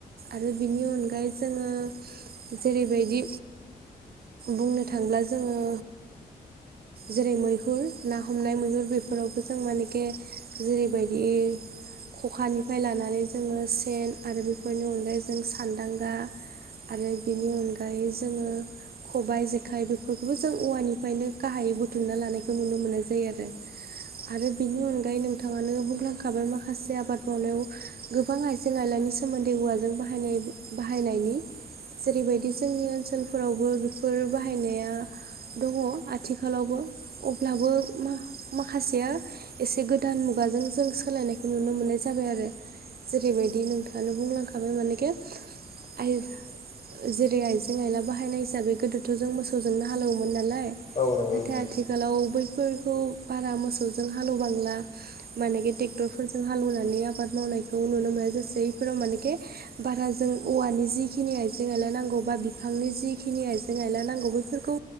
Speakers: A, on the right; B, on the left.
A: आरो बिनि अनगायै जोङो जेरैबायदि बुंनो थांब्ला जोङो जेरै मैहुर ना हमनाय मैहुर बेफोरावबो जों मानेखे जेरैबायदि खखानिफ्राय लानानै जोङो सेन आरो बेफोरनि अनगायै जों सान्दांगा आरो बेनि अनगायै जोङो खबाइ जेखाइ बेफोरखौबो जों औवानिफ्रायनो गाहायै बुथुमना लानायखौ नुनो मोननाय जायो आरो। आरो बेनि अनगायै नोंथाङानो बुंलांखाबाय माखासे आबाद मावनायाव गोबां आइजें आइलानि सोमोन्दै औवाजों बाहायनाय बाहायनायनि जेरैबायदि जोंनि ओनसोलफोरावबो बेफोर बाहायनाया दङ आथि आथिखालावबो अब्लाबो माखासेया एसे गोदान मुगाजों जों सोलायनायखौ नुनो मोननाय जाबाय आरो जेरैबायदि नोंथाङानो बुंलांखाबाय मानेखि आय जेरै आइजें आइला बाहायनाय हिसाबै गोदोथ' जों मोसौजोंनो हालेवोमोन नालाय
B: औ नंगौ
A: <unintelligible>
B: नोंथां
A: आथिखालाव बैफोरखौ बारा मोसौजों हालौबांला मानि बे ट्रेक्टरफोरजों हालेवनानै आबाद मावनायखौ नुनो मोननाय जासै इफोराव मानेकि बारा जों औवानि जिखिनि आइजें आइला नांगौ बा बिफांनि जिखिनि आइजें आइला नांगौ बैफोरखौ